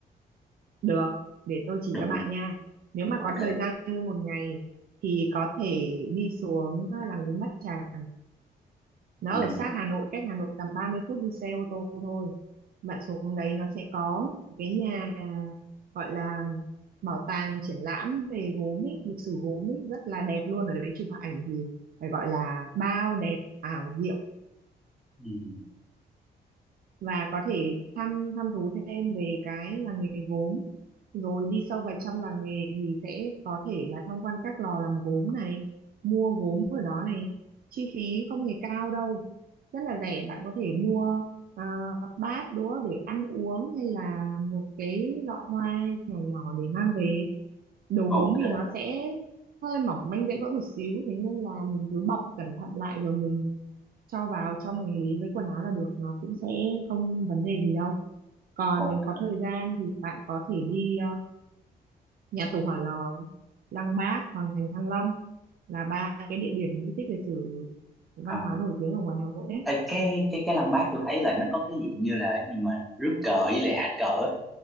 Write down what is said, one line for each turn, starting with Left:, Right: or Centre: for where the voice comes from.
Right: Được, để tôi chỉ
Centre: Được
Right: cho bạn
Centre: luôn.
Right: nha. Nếu mà
Centre: Ok.
Right: có thời gian nguyên một ngày thì có thể đi xuống à, làng Gốm Bát Tràng. Nó
Centre: Ừ.
Right: ở sát Hà Nội, cách Hà Nội tầm 30 phút đi xe ô tô thôi. Bạn xuống đấy nó sẽ có một cái nhà gọi là bảo tàng triển lãm về gốm ấy, lịch sử gốm ấy rất là đẹp luôn. Ở đấy chụp ảnh thì phải gọi là bao đẹp ảo diệu
Centre: Ừ.
Right: và có thể thăm thăm thú thêm về cái làng nghề gốm rồi đi sâu vào trong làng nghề thì sẽ có thể là tham quan các lò làm gốm này mua gốm ở đó này chi phí không hề cao đâu rất là rẻ bạn có thể mua à, bát đũa để ăn uống hay là một cái lọ hoa nhỏ nhỏ để mang về đầu
Centre: Ok.
Right: gốm thì nó sẽ hơi mỏng manh dễ vỡ một xíu thế nên là mình cứ bọc cẩn thận lại rồi mình cho vào trong hành lý với quần áo là được nó cũng sẽ không vấn đề gì đâu còn
Centre: Ok.
Right: nếu có thời gian thì bạn có thể đi ờ, nhà tù Hỏa Lò Lăng Bác Hoàng thành Thăng Long là ba cái địa điểm di tích lịch sử văn
Centre: Ờ.
Right: hóa nổi tiếng ở ngoài Hà Nội ấy
Centre: Ê, cái cái cái lăng Bác tôi thấy là nó có cái dạng như là cái gì mà rước cờ với lại hạ cờ á